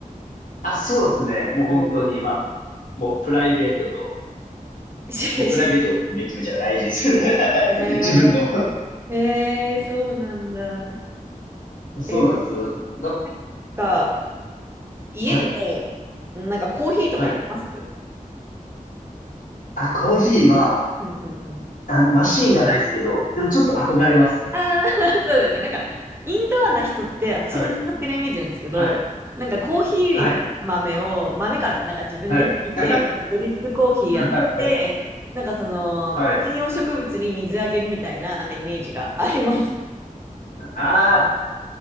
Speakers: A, on the left; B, on the right.
A: あ、そうですね。もう本当に、
B: うん
A: まあ、もうプライベートと、
B: しし
A: もうプライベートをめちゃめちゃ大事にする。<laughs>
B: えー、
A: 自分の。
B: <laughs> えー、そうなんだ。
A: そうなんですよ。
B: え、
A: だ、
B: なんか、家で、
A: はい。
B: なんかコーヒーとか入れます
A: はい。あ、コーヒーは、
B: うんうんうん。
A: あ、マシーンがないですけど、でもちょっと憧れます。
B: ああ、<laughs> そうですよ。なんか、インドアな人って、私の勝手なイメージなんですけど、
A: はい。はい。
B: なんかコーヒー豆を、
A: はい。
B: 豆から、なんか自分でひいて、
A: はい。<laughs>
B: ドリップコーヒーやって、
A: はい。
B: なんかその、
A: はい。
B: 観葉植物に水あげるみたいな、なんかイメージがあります。<laughs>
A: ああ